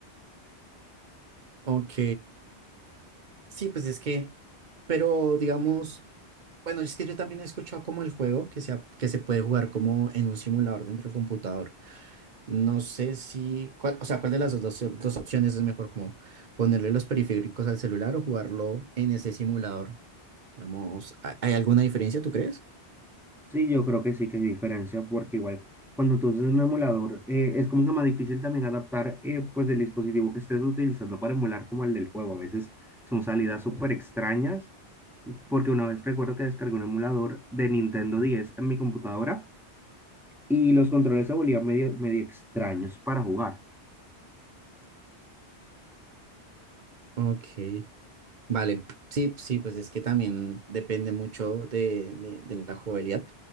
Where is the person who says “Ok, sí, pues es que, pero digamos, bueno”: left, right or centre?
Right